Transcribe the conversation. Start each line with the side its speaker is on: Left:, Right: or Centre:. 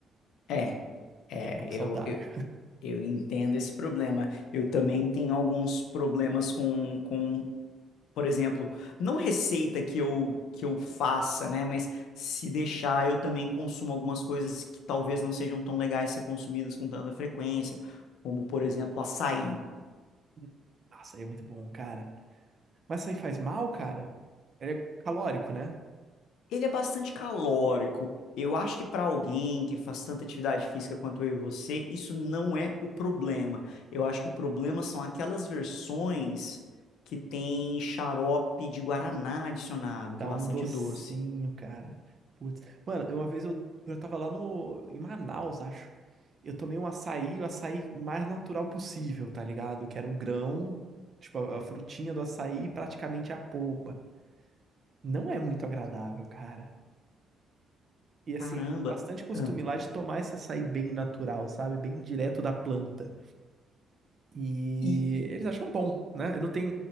Left: É, é,
Right: que é pouco
Left: eu,
Right: saudável.
Left: eu, eu entendo esse problema. Eu também tenho alguns problemas com, com, por exemplo, não receita que eu, que eu faça, né? Mas se deixar, eu também consumo algumas coisas que talvez não sejam tão legais ser consumidas com tanta frequência, como, por exemplo, açaí.
Right: <laughs> Nossa, é muito bom, cara. Mas isso aí faz mal, cara? Ele é calórico, né?
Left: Ele é bastante calórico. Eu acho que para alguém que faz tanta atividade física quanto eu e você, isso não é o problema. Eu acho que o problema são aquelas versões que tem xarope de guaraná adicionado,
Right: Dá
Left: que é bastante
Right: um docinho,
Left: doce.
Right: cara. Putz. Mano, eu- uma vez eu, eu tava lá no, em Manaus, acho. Eu tomei um açaí, o açaí mais natural possível, tá ligado? Que era o grão, tipo, a, a frutinha do açaí e praticamente a polpa. Não é muito agradável, cara. E assim,
Left: Caramba!
Right: eles têm bastante costume
Left: Ah,
Right: lá de tomar esse açaí bem natural, sabe? Bem direto da planta. E
Left: e
Right: eles acham bom, né? Não tem,